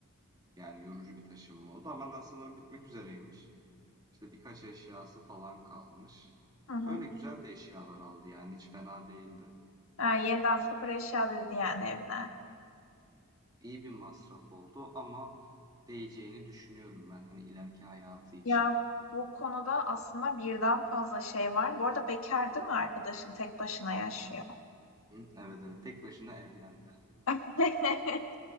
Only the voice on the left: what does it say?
hı. hı.
Ha, yeniden sıfır eşya dizdi yani evine.
Ya, bu konuda aslında birden fazla şey var. Bu arada bekâr değil mi arkadaşın? Tek başına yaşıyor.
<laughs>